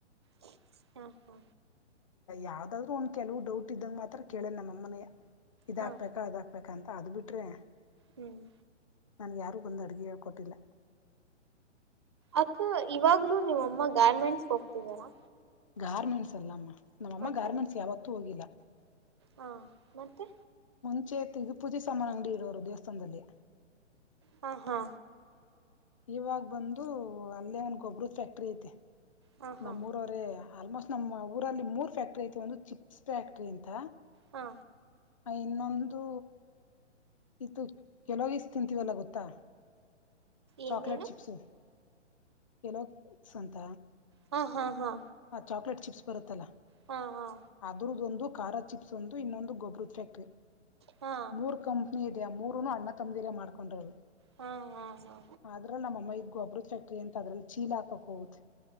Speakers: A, on the right (about 25°); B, on the left (about 30°).
A: ಹ ಹಾ
B: ಯಾವ್ದಾದ್ರು ಒಂದ್ ಕೆಲವು ಡೌಟ್ ಇದ್ದಂಗಗೆ ಮಾತ್ರ ಕೇಳೇನ್ ನಮ್ಮ ಅಮ್ಮನ ಇದ
A: ಹಾ
B: ಹಾಕ್ಬೇಕಾ ಅದ ಹಾಕ್ಬೇಕಾ ಯಂತ ಅದ್ ಬಿಟ್ರೆ
A: ಹ್ಮ್
B: ನನ್ಗೆ ಯಾರೂ ಬಂದು ಅಡುಗೆ ಕೊಟ್ಟಿಲ್ಲ
A: ಅಕ್ಕ ಇವಾಗ್ಲುೂ ನಿವಮ್ಮ ಗಾರ್ಮೆಂಟ್ಸ್ ಹೋಗ್ತಿದಾರಾ
B: ಗಾರ್ಮೆಂಟ್ಸ್ ಅಲ್ಲಮ್ಮ ನಮ್ಮಅಮ್ಮ
A: ಮತ್ತೆ
B: ಗಾರ್ಮೆಂಟ್ಸ್ ಯಾವತ್ತೂ ಹೋಗಿಲ್ಲ
A: ಹಾ ಮತ್ತೆ
B: ಮುಂಚೆ ಇತ್ತು ಇದು ಪೂಜೆ ಸಾಮಾನ ಅಂಗಡಿ ಇಡೋರು ದೇವಸ್ಥಾನದಲ್ಲಿ.
A: ಹಾ ಹಾ
B: ಇವಾಗ ಬಂದು ಅಲ್ಲೇ ಒಂದ್ ಗೊಬ್ಬ್ರದ ಫ್ಯಾಕ್ಟ್ರಿ ಐತೆ
A: ಹಾ ಹಾ
B: ನಮ್ಮೂರವರೇ. ಆಲ್ಮೋಸ್ಟ್ ನಮ್ಮ ಊರಲ್ಲಿ ಮೂರ್ ಫ್ಯಾಕ್ಟ್ರಿ ಐತೆ ಒಂದು ಚಿಪ್ಸ್ ಫ್ಯಾಕ್ಟ್ರಿ ಅಂತ.
A: ಹಾ
B: ಇನ್ನೊಂದು ಇದು ಕೆಲವೀಸ್ ತಿಂತೀವಲ್ಲ ಗೊತ್ತಾ.
A: ಏನೇನು
B: ಚಾಕ್ಲೇಟ್ ಚಿಪ್ಸು ಕೆಲೋಸ್ ಸಂತ.
A: ಹಾ ಹಾ ಹಾ
B: ಚಾಕ್ಲೇಟ್ ಚಿಪ್ಸ್ ಬರುತ್ತಲ್ಲ
A: ಹಾ ಹಾ
B: ಅದ್ರದ ಒಂದು ಖಾರ ಚಿಪ್ಸ್ ಒಂದು ಇನ್ನೊಂದು ಗೊಬ್ರದ ಫ್ಯಾಕ್ಟ್ರಿ
A: ಹಾ
B: ಮೂರ್ ಕಂಪ್ನಿ ಇದೆ ಮೂರುನು ಅಣ್ಣತಮ್ಮದಿರೆ ಮಾಡ್ಕೊಂಡಿರೋದು.
A: ಹಾ ಹಾ ಹಾ
B: ಅದ್ರಲ್ಲಿ ನಮ್ಮಅಮ್ಮ ಇದ್ ಗೊಬ್ರದ ಫ್ಯಾಕ್ಟ್ರಿ ಅಂತ ಅದ್ರಲ್ಲಿ ಚೀಲ ಹಾಕಕ್ ಹೋಗುತ್ತೆ.